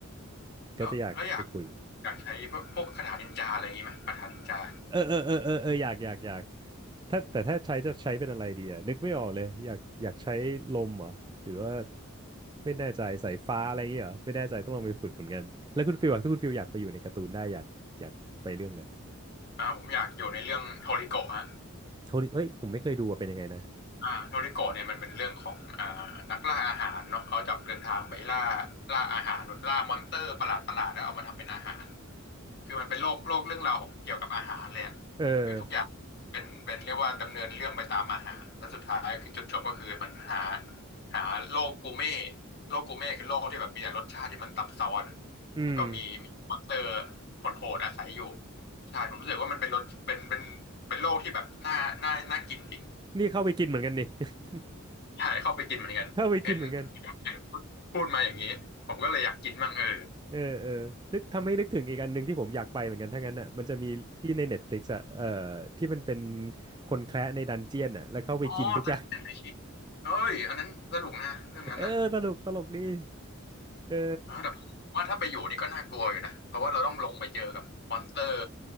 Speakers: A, on the right; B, on the left.
A: ก็จะอยากไปคุย
B: แล้วแล้วอยากอยากใช้พวกคาถานินจาอะไรอย่างนี้ไหมคาถานินจา
A: เออเออเออเออเอออยากอยากอยากถ้าแต่ถ้าใช้จะใช้เป็นอะไรดีอะนึกไม่ออกเลยอยากอยากใช้ลมเหรอหรือว่าไม่แน่ใจสายฟ้าอะไรอย่างเงี้ยเหรอไม่แน่ใจต้องลองไปฝึกเหมือนกันแล้วคุณฟิลอะถ้าคุณฟิลอยากไปอยู่ในการ์ตูนได้อยากอยากไปเรื่องเลย
B: อ่าผมอยากอยู่ในเรื่องโทริโกะฮะ
A: โทนี่เอ้ยผมไม่เคยดูว่าเป็นยังไงนะ
B: อ่าโทริโกะเนี่ยมันเป็นเรื่องของอ่านักล่าอาหารเนาะเขาจะออกเดินทางไปล่าล่าอาหารแบบล่ามอนสเตอร์ประหลาดประหลาดแล้วเอามาทำเป็นอาหารคือมันเป็นโลกโลกเรื่องราวของเกี่ยวกับอาหารเลยอะ
A: เออ
B: คือทุกอย่างเป็นเป็นเรียกว่าดำเนินเรื่องไปตามอาหารแล้วสุดท้ายคือจุดจบก็คือมันหาหาโลกกูเม่โลกกูเม่คือโลกที่แบบมีแต่รสชาติที่มันซับซ้อน
A: อืม
B: แล้วก็มีมีมอนสเตอร์โหดๆอาศัยอยู่ใช่ผมรู้สึกว่ามันเป็นรสเป็นเป็นเป็นโลกที่แบบน่าน่าน่ากินดิ
A: นี่เข้าไปกินเหมือนกันดิ <laughs>
B: ใช่เข้าไปกินเหมือนกันเห็น
A: เข้าไปกินเหมือนกัน
B: พูดพูดมาอย่างนี้ผมก็เลยอยากกินบ้างเออ
A: เออเออนึกทำให้นึกถึงอีกอันหนึ่งที่ผมอยากไปเหมือนกันถ้างั้นอ่ะมันจะมีที่ใน Netflix อ่ะเออที่มันเป็นคนแคระในดันเจียนอ่ะแล้วเข้าไปกินทุกอย่าง
B: อ๋อแต่เป็นไอชีเอ้ยอันนั้นสนุกนะเรื่องนั้นน่ะ
A: เออสนุกตลกดีเออ
B: เออแต่ว่าถ้าไปอยู่นี่ก็น่ากลัวอยู่นะเพราะว่าเราต้องลงไปเจอกับมอนสเตอร์